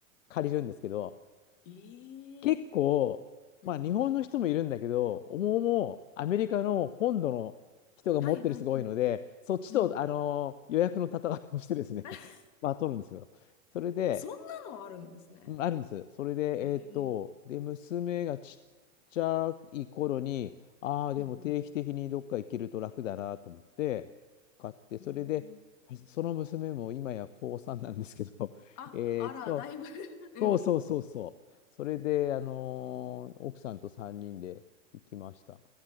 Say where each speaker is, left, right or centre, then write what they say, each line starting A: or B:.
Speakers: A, on the left; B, on the left.
A: 借りるんですけど、
B: ええ。
A: 結構、
B: うんうん。
A: まあ日本の人もいるんだけど、思うもアメリカの本土の人が持ってる人が多いので、
B: はいはいはい。
A: そっちと、
B: うん。
A: あの予約の戦いをしてですね
B: <laughs>
A: <laughs> まあ取るんですよ。それで、
B: そんなのあるんですね。
A: うんあるんです。それで、
B: へえ。
A: えっと、で、娘がちっちゃい頃に、ああ、でも定期的にどっか行けると楽だなと思って、
B: うん
A: 買って、それで、
B: うん。うん。
A: その娘も今や高3なんですけど、<laughs>
B: あ、
A: えっと、
B: あら、だいぶ <laughs> うん。
A: そうそうそうそう。それで、あのー奥さんと3人で行きました。